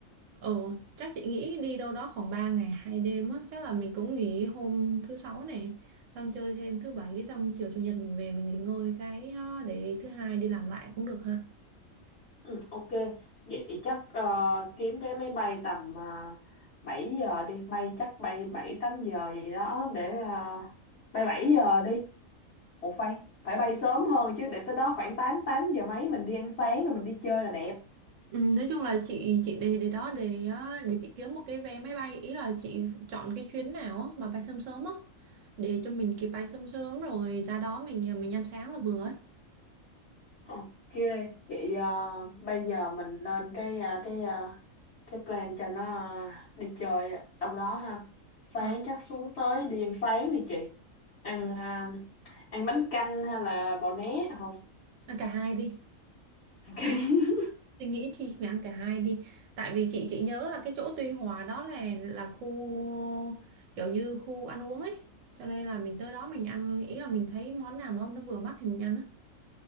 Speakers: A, on the right (about 70°); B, on the left (about 55°).
A: Ừ, chắc chị nghĩ đi đâu đó khoảng 3 ngày hai đêm á, chắc là mình cũng nghỉ hôm thứ sáu này, xong chơi thêm thứ bảy xong chiều chủ nhật mình về mình nghỉ ngơi cái ờ, để thứ hai đi làm lại cũng được ha.
B: Ừ, ok. Vậy chắc ờ, kiếm vé máy bay tầm uh, 7 giờ đi. Bay chắc bay bảy tám giờ gì đó để ờ, bay 7 giờ đi. Ủa phải, phải bay sớm hơn chứ để tới đó khoảng 8 8 giờ mấy mình đi ăn sáng rồi mình đi chơi là đẹp.
A: Ừ, nói chung là chị chị để để đó để ờ, để chị kiếm một cái vé máy bay ý là chị chọn cái chuyến nào á mà bay sớm sớm á để cho mình kịp bay sớm sớm rồi ra đó mình mình ăn sáng là vừa ấy.
B: Ok. Vậy ờ, bây giờ mình lên cái ờ, cái ờ, cái plan cho nó ờ, đi chơi đâu đó ha. Sáng
A: Ờ,
B: chắc xuống tới đi ăn sáng đi chị. Ăn ờ, ăn bánh canh hay là bò né thôi.
A: ăn cả hai đi.
B: Ok. <laughs>
A: Tôi nghĩ chị phải ăn cả hai đi tại vì chị chị nhớ là cái chỗ Tuy Hòa đó là là khu kiểu như khu ăn uống ấy cho nên là mình tới đó mình ăn ý là mình thấy món nào mà nó vừa mắt thì mình ăn á